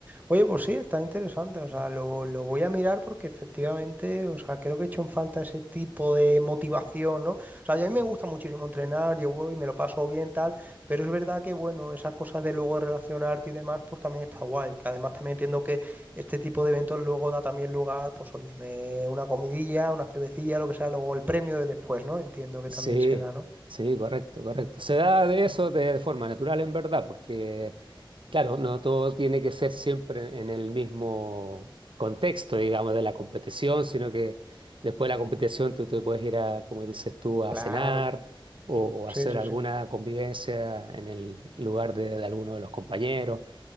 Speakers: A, on the right; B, on the right.
A: Oye, pues sí, está interesante, o sea, lo, lo voy a mirar porque efectivamente, o sea, creo que he hecho en falta ese tipo de motivación, ¿no? O sea, a mí me
B: Mm.
A: gusta muchísimo entrenar, yo voy, me lo paso bien, tal, pero es verdad que, bueno, esas cosas de luego relacionarte y demás, pues también está guay, que además también entiendo que este tipo de eventos luego da también lugar, pues oye, me- una comidilla, una cervecilla, lo que sea, luego el premio de después, ¿no? Entiendo que
B: Sí,
A: también se da, ¿no?
B: sí, correcto, correcto. Se da de eso de forma natural en verdad, porque, claro, no todo tiene que ser siempre en el mismo contexto, digamos, de la competición, sino que después de la competición tú te puedes ir a, como dices tú, a
A: Claro,
B: cenar
A: claro.
B: o, o
A: Sí,
B: hacer
A: sí,
B: alguna
A: sí.
B: convivencia en el lugar de, de alguno de los compañeros.